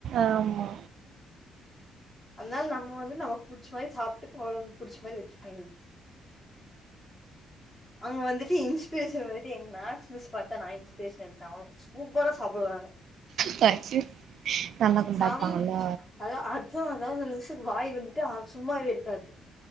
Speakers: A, on the right; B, on the left.
A: ஆமா
B: அதனால நம்ம வந்து நமக் புடிச்ச மாரி சாப்ட்டுட்டு ஒடம்புக் புடிச்ச மாதிரி வச்சிட்டு போயிரணு அங்க வந்துட்டு இன்ஸ்பிரேஷன் வந்துட்டு எங்க மேக்ஸ் மிஸ் பாத்து தா நா இன்ஸ் சூப்பரா சாப்டுவாங்க
A: தைங்யூ நல்லா குண்டா
B: சம்
A: இருப்பாங்கல்ல
B: அதா அடிச்சு அதாது அந்த மிஸ்க்கு வாய் வந்துட்டு ஆ சும்மாவே இருக்காது